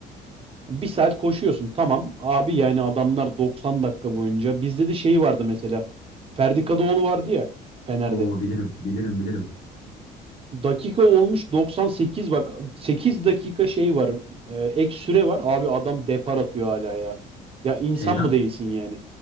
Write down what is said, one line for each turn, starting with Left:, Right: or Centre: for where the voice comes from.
Right: Bir saat koşuyorsun tamam abi yani adamlar 90 dakika boyunca bizde de şey vardı mesela Ferdi Kadıoğlu vardı ya Fener'de
Left: Oo bilirim, bilirim, bilirim.
Right: dakika olmuş 98 bak 8 dakika şey var e, ek süre var abi adam depar atıyor hala ya ya insan
Left: Şeyden
Right: mı değilsin yani